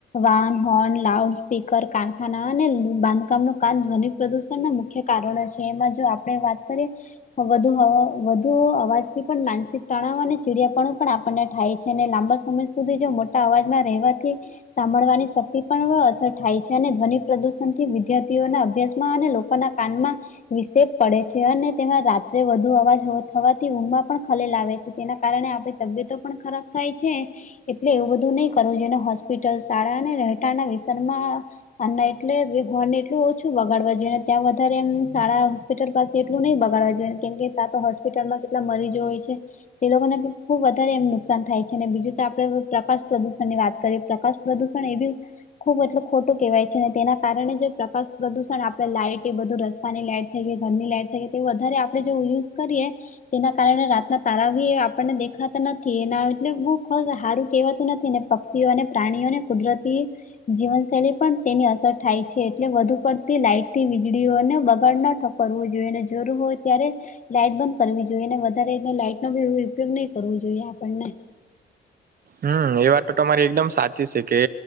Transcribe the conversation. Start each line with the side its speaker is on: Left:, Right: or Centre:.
Left: વાન હોર્ન લાઉડ સ્પીકર કારખાના અને બાંધકામ નો કાન ધ્વનિ પ્રદૂષણ ના મુખ્ય કારણો છે એમાં જો આપણે વાત કરીએ વધુ વધુ અવાજ થી પણ માનસિક તણાવ અને ચીડિયાપણો પણ આપણને થાય છે ને લાંબા સમય સુધી જો મોટા અવાજમાં રહેવાથી સાંભળવાની શક્તિ પર અસર થાય છે, અને ધ્વનિ પ્રદુષણથી વિદ્યાર્થીઓના અભ્યાસમાં અને લોકોના કાનમાં વિસે પડે છે અને તેમાં રાત્રે વધુ અવાજ થવાથી ઊંઘમાં પણ ખલેલા આવેે છે તેના કારણે આપણે તબિયતો પણ ખરાબ થાય છે, એટલે એવું બધું નહી કરવું જોઈએ ને હોસ્પિટલ શાળા અને રહેઠાણના વિસ્તારમાં અને એટલે હોન એટલું ઓછું વગાડવા જોઈએ ને ત્યાં વધારે એમ શાળા હોસ્પિટલ પાસે એટલું નહી બગાડવા જોઈએ કેમ કે તા તો હોસ્પિટલમાં કેટલા મરીજો હોય છે. તે લોકોને ખુબ વધારે એમ નુકસાન થાય છે, અને બીજું તો આપણેે પ્રકાશ પ્રદુષણ ની વાત કરીએ. પ્રકાશ પ્રદૂષણ એવી ખુબ મતલબ ખોટું કેહેવાય છે, અને તેના કારણે જે પ્રકાશ પ્રદુષણ આપડે લાઈટ એ બધું ર તાની લાઈટ થઈ ગઈ ઘરની લાઈટ થઈ ગઈ તે વધારે આપણેે યુઝ કરીએ. તેના કારણે રાતના તારા બી આપણને દેખાતા નથી એના એટલે બુખો હારું કેહેવાતું નથી ને. પક્ષીઓ અને પ્રાણીઓને કુદરતી જીવનશૈલી પણ તેની અસર થાય છે, એટલે વધુ પડતી લાઈટ થી વીજળીઓને બગાડ નઠક કરવું જોઈને જરૂર હોય ત્યારે લાઈટ બંધ કરવી જોઈએ ને વધારે તો લાઈટ નો બી ઉપયોગ નહી કરવો જોઈએ આપણને
Right: હમ એ વાત તો તમારી એકદમ સાચી છે, કે